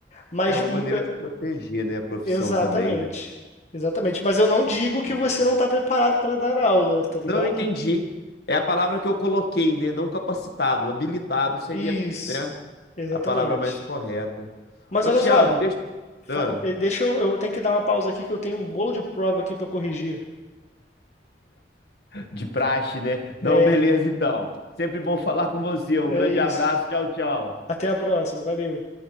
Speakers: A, on the left; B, on the left.
A: Mas,
B: É uma
A: hum,
B: maneira
A: é,
B: de proteger, né, a profissão
A: exatamente.
B: também, né?
A: Exatamente. Mas eu não digo que
B: Hum.
A: você não está preparado para dar aula, tá ligado?
B: Não, eu entendi. É a palavra que eu coloquei, né? Não capacitado. Habilitado seria,
A: Isso,
B: né,
A: exatamente.
B: a palavra mais correta.
A: Mas
B: Ô,
A: olha
B: Tiago,
A: só,
B: deixa.
A: fa-
B: Ah,
A: de- deixa eu, eu tenho que dar uma pausa aqui que eu tenho um bolo de prova aqui para corrigir.
B: de praxe, né? Não,
A: É,
B: beleza, então. Sempre bom falar com você. Um
A: É
B: grande
A: isso.
B: abraço. Tchau, tchau.
A: Até a próxima. Valeu.